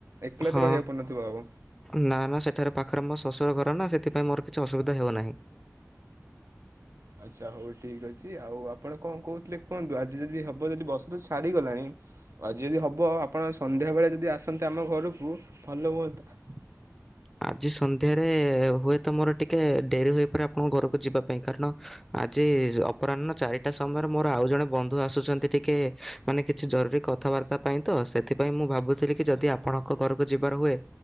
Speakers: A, on the right; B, in the centre.
A: ଏକଲା
B: ହଁ
A: ତ ରହିବାକୁ ପଡୁନଥିବ ଆଉ।
B: ନା ନା ସେଠାରେ ପାଖରେ ମୋ ଶଶୁର ଘର ନା ସେଥିପାଇଁ ମୋର କିଛି ଅସୁବିଧା ହେଉନାହିଁ।
A: ଆଚ୍ଛା ହଉ ଠିକ ଅଛି ଆଉ ଆପଣ କଣ କହୁଥିଲେ କୁହନ୍ତୁ ଆଜି ଯଦି ହବ ଯଦି ବସ ତ ଛାଡିଗଲାଣି ଆଜି ଯଦି ହବ ଆପଣ ସନ୍ଧ୍ୟା ବେଳେ ଯଦି ଆସନ୍ତେ ଆମ ଘରକୁ ଭଲ ହୁଅନ୍ତା।
B: ଆଜି ସନ୍ଧ୍ୟାରେ ହୁଏ ତ ମୋର ଟିକେ ଡେରି ହୋଇପାରେ ଆପଣଙ୍କ ଘରକୁ ଯିବା ପାଇଁ କାରଣ ଆଜି ଅପରାହ୍ନ ଚାରିଟା ସମୟରେ ମୋର ଆଉ ଜଣେ ବନ୍ଧୁ ଆସୁଛନ୍ତି ଟିକେ ମାନେ କିଛି ଜରୁରୀ କଥାବାର୍ତ୍ତା ପାଇଁ ତ ସେଥିପାଇଁ ମୁଁ ଭାବୁଥିଲି କି ଯଦି ଆପଣଙ୍କ ଘରକୁ ଯିବାର ହୁଏ